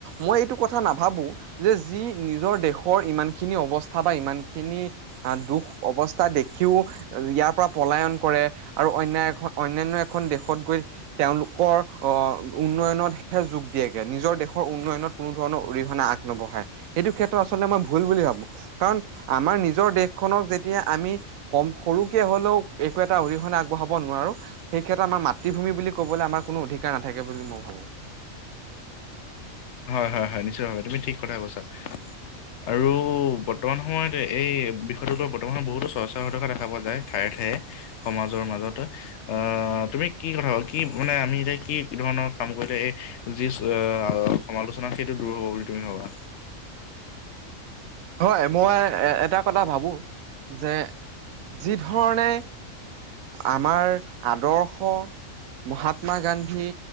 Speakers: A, on the right; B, on the left.
A: মই এইটো কথা নাভাবো যে যি নিজৰ দেশৰ ইমানখিনি অৱস্থা বা ইমান খিনি অঁ দুখ অৱস্থা। দেখিও ইয়াৰ পৰা পলায়ন কৰে আৰু অন্যয় এ অনান্য এখন দেশত গৈ। তেওঁলোকৰ আহ উন্নয়নতহে যোগ দিয়েগে নিজৰ দেশৰ উন্নয়নত। কোনো ধৰণৰ অৰিহণা আগ নবঢ়াই সেইটো ক্ষেত্ৰত আচলতে মই ভুল বুলি ভাবো। কাৰণ আমাৰ নিজৰ দেশখনক যেতিয়া আমি কম সৰুকে হ'লেও একো এটা অৰিহণা আগবঢ়াও। হ'ব নোৱাৰো সেই ক্ষেত্ৰত আমাৰ মাতৃভূমি বুলি ক'বলৈ আমাৰ কোনো অধিকাৰ নাথাকে বুলি মই ভাবো।
B: হয় হয় হয় নিশ্চয় ভাৱে তুমি ঠিক কথা কৈছা। আৰু বৰ্তমান সময়ত এই বিষয়টোকৰ বৰ্তমানত বহুতো চৰ্চা হৈ থকা দেখা পোৱা যায় ঠায়ে ঠ। সমাজৰ মাজত আহ তুমি কি কথা ক কি মানে আমি এতিয়া কি ধৰণৰ কাম কৰিলে এই যি। সমালোচনাত সেইটো দূৰ হব বুলি তুমি ভবা।
A: হয় মই এ এটা কথা ভাবো যে যি ধৰণে আমাৰ আদৰ্শ মহাত্মা গান্ধী